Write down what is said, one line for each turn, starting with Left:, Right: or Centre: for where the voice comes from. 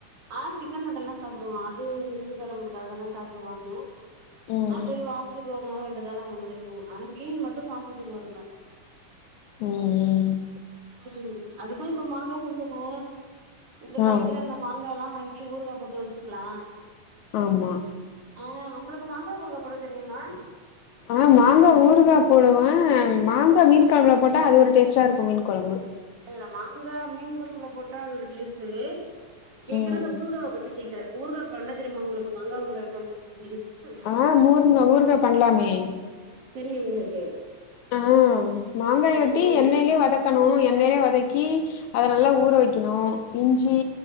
Right: ஆ சிக்கன் மட்டன் எல்லா சாப்டுவோம் அது எங்க வீட்டுக்காரவங்களுக்கு அதெல்லாம் சாப்டுவாங்க
Left: ம்
Right: அது வாரத்துக்கு ஒரு நாள் ரெண்டு நாள் அந்த மாதிரி போகும் ஆகு ஆனா மீன் மட்டு மாசத்துக்கு ஒரு நாள்
Left: ம் ம்
Right: ம் அதுதா இப்ப மாங்கா சீசனு இந்த
Left: ஆ
Right: மாங்கால்லா வாங்கி ஊருகா போட்டு வச்சுக்கலா
Left: ஆமா
Right: ஆ உங்களுக்கு மாங்கா ஊருகா போட தெரியுமா
Left: ஆ மாங்கா ஊருகா போடுவே மாங்கா மீன் கொழம்புல போட்டா அது ஒரு டேஸ்ட்டா இருக்கு மீன் குழம்பு
Right: அது இல்ல மாங்கா மீன் கொழம்புல போட்டா அது ஒரு டேஸ்ட்டு கே்க்கறது
Left: ம்
Right: ஊருகாவ பத்தி கேக்குறே ஊர்கா பண்ண தெரியுமா உங்களுக்கு மங்கா ஊர்கா பண்ணும் அப்டின்னு தெரியுமா
Left: ஆ ஊருங்க ஊரு பண்லாமே
Right: தெரியு உங்களுக்கு
Left: ஆ மாங்க
Right: ஆ
Left: வெட்டி
Right: ஆ
Left: எண்ணெய்லயே வதக் வதக்கணு எண்ணெயே வதக்கி அத நல்லா ஊற வக்கணு இஞ்சி